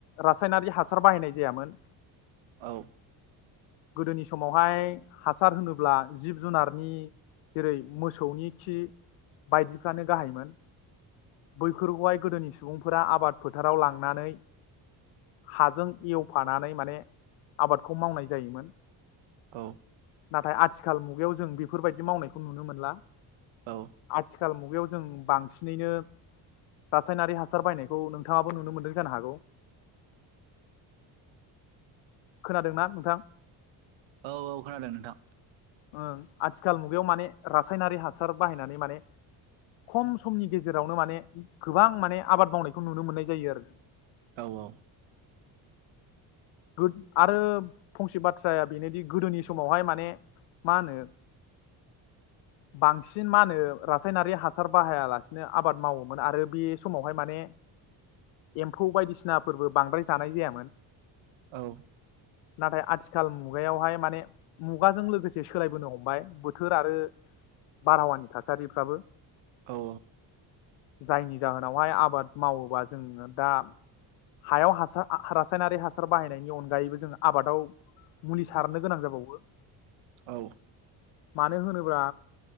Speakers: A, on the left (about 90°); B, on the right (about 75°).
A: रासायनारि हासार बाहायनाय जायामोन।
B: औ
A: गोदोनि समावहाय हासार होनोबा अब्ला जिब जुनारनि जेरै मोसौनि खि बायदिफ्रानो गाहायमोन बैफोरखौहाय गोदोनि सुबुंफोरा आबाद फोथाराव लांनानै हाजों एवफानानै माने आबादखौ मावनाय जायोमोन।
B: औ
A: नाथाय आथिखाल मुगायाव जों बेफोरबायदि मावनायखौ नुनो मोनला।
B: औ
A: आथिखाल मुगा बेयाव जों बांसिनैनो रासायनारि हासार बायनायखौ नों थाङाबो नुनो मोनदों जानो हागौ। खोनादोंना नोंथां।
B: औ औ खोनादों नोंथां।
A: ओ आथिखाल मुगायाव माने रासायनारि हासार बाहायनानै माने खम समनि गेजेरावनो माने गोबां माने आबाद मावनायखौ नुनो मोननाय जायो आरो।
B: औ औ
A: गोद आरो फंसे बाथ्राया बेनोदि गोदोनि समावहाय माने मा होनो बांसिन मा होनो रासायनारि हासार बाहायालासिनो आबाद मावोमोन आरो बे समावहाय माने एम्फौ बायदिसिनाफोरबो बांद्राय जानाय जायामोन
B: औ
A: नाथाय आथिखाल मुगायावहाय माने मुगाजों लोगोसे सोलायबोनो हमबाय बोथोर आरो बारहावानि थासारिफ्राबो
B: औ
A: जायनि जाहोनावहाय आबाद मावोबा जोंङो दा हायाव हासा आं रासायनारि हा सार बाहायनायनि अनगायैबो जोंङो आबादाव मुलि सारनो गोनां जाबावो।
B: औ
A: मानो होनोब्ला